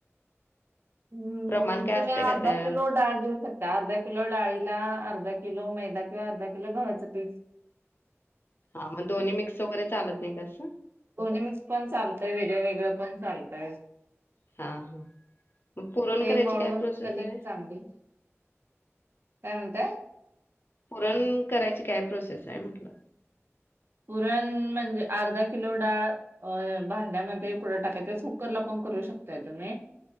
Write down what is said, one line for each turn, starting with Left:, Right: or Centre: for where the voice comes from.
Right: हम्म
Left: प्रमाण काय
Right: तुम्ही
Left: असतंय
Right: अर्धा
Left: का त्या
Right: किलो डाळ घेऊ शक त्या अर्धा किलो डाळीला अर्धा किलो मैदा किंवा अर्धा किलो गव्हाचं पीठ
Left: हां मग दोन्ही मिक्स वगैरे चालत नाही का असं.?
Right: दोन्ही मिक्स पण चालतंय, वेगळं वेगळं पण चालतंय.
Left: हां, हां. मग पुरण
Right: ते
Left: करायची
Right: मळून
Left: काय प्रोसेस
Right: कनीक
Left: आहे?
Right: चांगली काय म्हणतांय.?
Left: पुरन करायची काय प्रोसेस आय म्हटलं.
Right: पुरण.. म्हणजे अर्धा किलो डाळ अ भांड्यामध्ये उकडं टाकायचा, कुकरला पण करू शकतांय तुम्ही